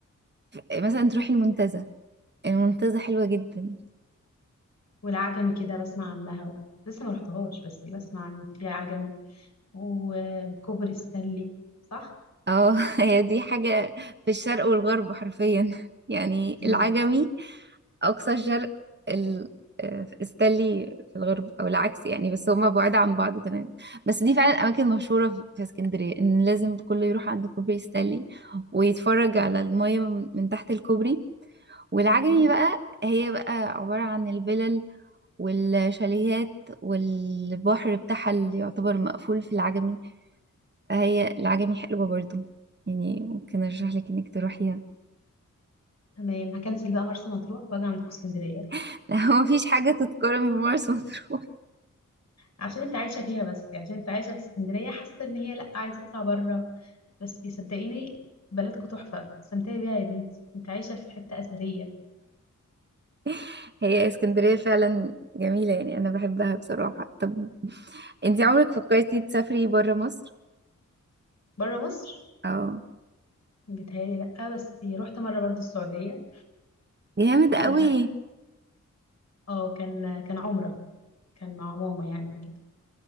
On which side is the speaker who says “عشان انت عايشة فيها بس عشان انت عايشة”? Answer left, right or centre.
Left